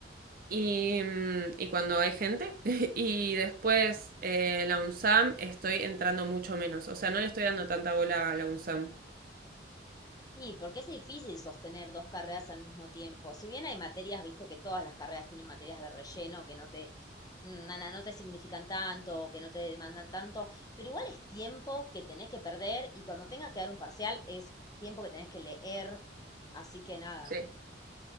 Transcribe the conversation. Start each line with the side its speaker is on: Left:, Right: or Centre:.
Right: y, mm, y, cuando hay gente <laughs> y después eh, la UNSAM estoy entrando mucho menos, o sea, no le estoy dando tanta bola a la UNSAM.
Left: Y porque es difícil sostener dos carreras al mismo tiempo. Si bien hay materias, viste que todas las carreras tienen materias de relleno que no te, mm, nada, no te significan tanto, o que no te demandan tanto, pero igual es tiempo que tenés que perder y cuando tengas que dar un parcial es tiempo que tenés que leer. Así que nada.
Right: Sí.